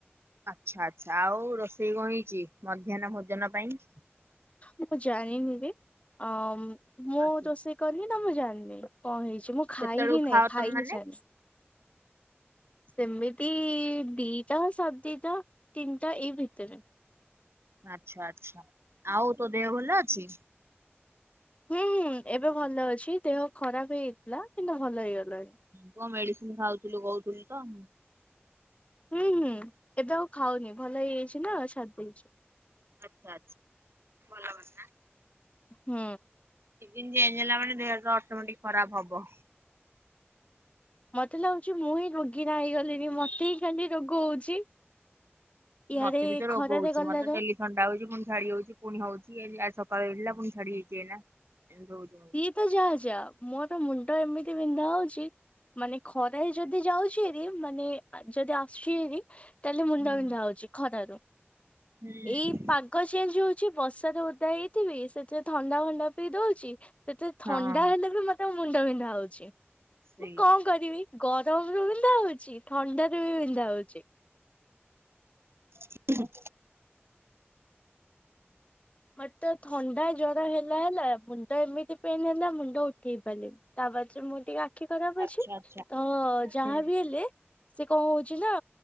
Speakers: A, on the right (about 65°); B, on the left (about 30°).
A: ଆଚ୍ଛା ଆଚ୍ଛା ଆଉ ରୋଷେଇ କଣ ହେଇଛି ମଧ୍ୟାହ୍ନ ଭୋଜନ ପାଇଁ?
B: ମୁଁ ଜାଣିନି ରେ। ଅ-ଅ-ଅ ମୋ
A: ଆଚ୍ଛା
B: ରୋଷେଇ କରିନି ନା ମୁଁ ଜାଣିନିି। କଣ ହେଇଛି ମୁଁ ଖାଇହିଁ
A: କେତେବେଳକୁ
B: ହି ନାଇଁ
A: ଖାଅ
B: ଖାଇ
A: ତମେ ମାନେ
B: <unintelligible> ସେମିତି-ଇ-ଇ-ଇ ଦିଟା ସାଢେ ଦିଟା ତିନିଟା ଏଇ ଭିତରେ।
A: ଆଚ୍ଛା ଆଚ୍ଛା ଆଉ ତୋ ଦେହ ଭଲ ଅଛି?
B: ହୁଁ ହୁଁ ଏବେ ଭଲ ଅଛି। ଦେହ ଖରାପ ହେଇଯାଇଥିଲା କିନ୍ତୁ ଭଲ ହେଇଗଲା।
A: କଣ ମେଡିସିନ ଖାଉଥିଲୁ କହୁଥିଲୁ ତ।
B: ହୁଁ ହୁଁ ଏବେ ଆଉ ଖାଉନି ଭଲ ହେଇଯାଇଛି ନା ଛାଡି ଦେଇଛି।
A: ଆଚ୍ଛା ଆଛା ଭଲ କଥା।
B: ହୁଁ,
A: ସିଜିନ ଜେଞ ହେଲା ମାନେ ଦେହ ପାହ ଅଟୋମେଟିକ ଖରାପ ହବ।
B: ମତେ ଲାଗୁଛି ମୁଁ ହିଁ ରୋଗୀଣା ହେଇଗଲିଣିି ମତେ ହିଁ ଖାଲି ରୋଗ ହଉଛି। ଇଆଡେ
A: ମତେ ବି ତ ରୋଗ
B: ଖରାାରେ
A: ହଉଛି
B: ଗଲାାର
A: ମତେ ଡେଲି ଥଣ୍ଡା ହଉଛି ପୁଣି ଛାଡି ହଉଛି ପୁଣି ହଉଛି ସକାଳ ହେଳିଲା ପଣି ଛାଡି ହେଇଛି ଏ ଏମିତି ହଉଛି
B: କିଏ ତ ଯାହା ଯାହା ମୋର ମୁଣ୍ଡ ଏମିତି ବିନ୍ଧା ହଉଛି ମାନେ ଖରାାରେ ଯଦି ଯାଉଛି ମାନେ ଯଦି ଆସୁଛି ତାହେଲେ ମୁଣ୍ଡା
A: ହୁଁ
B: ବିଣ୍ଡା ହଉଛି ଖରାରୁ
A: ହୁଁ
B: ଏଇ ପା ପକ ଚେଞ୍ଜ ହଉଛି ବର୍ଷାାରେ ଓଦା ହେଇଥିବି ସେଥିରେ ଥଣ୍ଡା ଫଣ୍ଡା ପିଇ ଦଉଛି? ସେତେ ଥଣ୍ଡା
A: ହଁ
B: ହେଲେ ବି ମତେ ମୁଣ୍ଡ ବିନ୍ଧା ହଉଛି
A: ସେଇ
B: ମୁଁ କଣ କରିବି? ଗରମ ରୁ ବିନ୍ଧା ହଉଛି ଥଣ୍ଡା ରୁ ବି ବିନ୍ଧା ହଉଛି?
A: ହୁଁ।
B: ମତେ ଥଣ୍ଡା ଜ୍ର ହେଲା ହେଲା ମୁଣ୍ଡ ଏମିତି ପେନ୍ ହେଲା ମୁଣ୍ଡ ଉଠେଇ ପାରିଲିନି। ତା ପାଦରେ ମୁଁ ଟିକେ ଆଖି ଖରାପ
A: ଆଚ୍ଛା
B: ଅଛି
A: ଆଚ୍ଛା
B: ତ ଯାହା
A: ହୁଁ
B: ବିି ହେଲେ ସେ କଣ ହଉଛି ନା